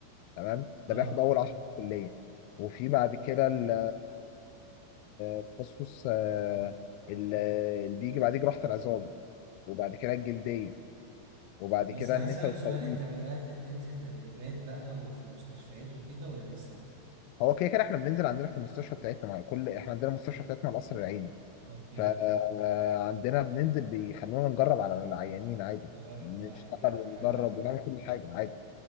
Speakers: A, on the left; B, on the right.
A: تمام
B: اه
A: ده بياخد اول 10 في الكليه وفي بعد كده ال- التخصص آه، ال- اللي بيجي بعديه جراحه العظام وبعد كده الجلديه وبعد
B: بس
A: كده
B: هسألك
A: النساء والتوليد
B: سؤال انت بدأت تنزل تدريبات بقى وفي المستشفيات وكده ولا لسه
A: هو كده كده احنا بننزل عندنا في المستشفى بتاعتنا مع كل احنا عندنا المستشفى بتاعتنا القصر العيني
B: اوكي
A: فعندنا بننزل بيخلونا نجرب على العيانين عادي
B: تجرب
A: نشتغل
B: بقى عادي حاجة
A: ونجرب
B: عملية
A: ونعمل كل حاجه عادي